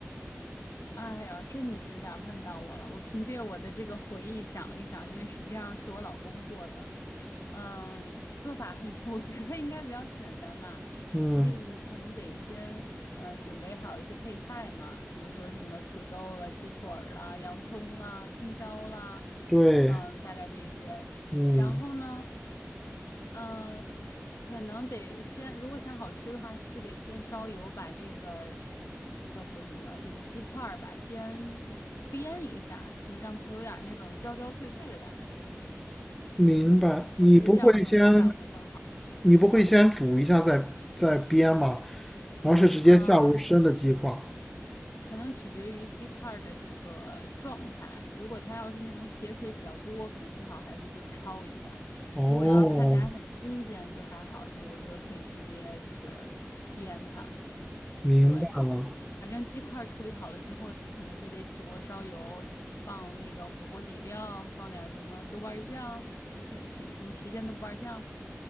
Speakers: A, on the left; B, in the centre.
A: 哎呀，这你就有点问到我了。我凭借我的这个回忆想一想，因为实际上是我老公做的，嗯、做法很，<laughs> 我觉得应该比较简单嘛，
B: 嗯，
A: 就是你可能得先嗯，准备好一些配菜嘛，比如说什么土豆了、鸡腿儿啦、洋葱啦、青椒啦，
B: 对，
A: 嗯、大概这些，
B: 嗯，
A: 然后呢，嗯、可能得先，如果想好吃的话，是不是得先烧油，把这个叫做什么这个鸡块儿吧，先呃煸一下，就是让它有点儿那种焦焦脆脆的感觉。
B: 明白。你不会先
A: 我觉得这样可能口感会更好
B: 你不会先煮一下再再煸吗？而是直接下入生的鸡块。
A: 啊、可能取决于鸡块儿的这个状态。如果它要是那种血水比较多，可能最好还是就是焯一下。
B: 哦，
A: 如果要看起来很新鲜，就还好，就我觉得可以直接就是煸它。
B: 明白了。
A: 对，反正鸡块处理好了之后，可能就得起锅烧油，放那个火锅底料，放点儿什么豆瓣儿酱、郫县郫什么郫县豆瓣儿酱，